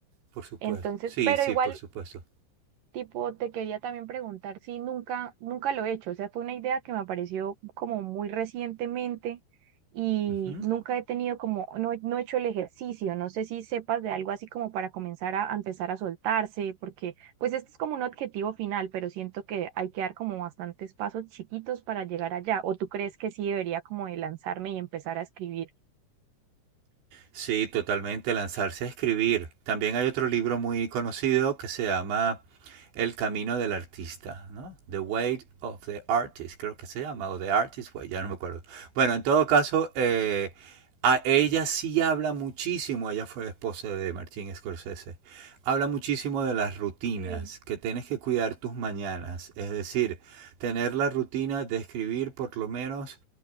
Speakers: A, on the right; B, on the right.
A: por supuesto.
B: Entonces,
A: Sí,
B: pero
A: sí,
B: igual
A: por supuesto.
B: Tipo, te quería también preguntar si nunca, nunca lo he hecho. O sea, fue una idea que me apareció como muy recientemente y
A: Ujú.
B: nunca he tenido como, no, he- no he hecho el ejercicio. No sé si sepas de algo así como para comenzar a, a empezar a soltarse, porque pues este es como un objetivo final, pero siento que hay que dar como bastantes pasos chiquitos para llegar allá. ¿O tú crees que sí debería como de lanzarme y empezar a escribir?
A: Sí, totalmente, lanzarse a escribir. También hay otro libro muy conocido que se llama El camino del artista, ¿no? The Way of the Artist, creo que se llama, o The Artist Way, ya no me acuerdo. Bueno, en todo caso, eh, a ella sí habla muchísimo, ella fue la esposa de Martin Scorsese, habla muchísimo de las rutinas,
B: Sí.
A: que tienes que cuidar tus mañanas, es decir, tener la rutina de escribir por lo menos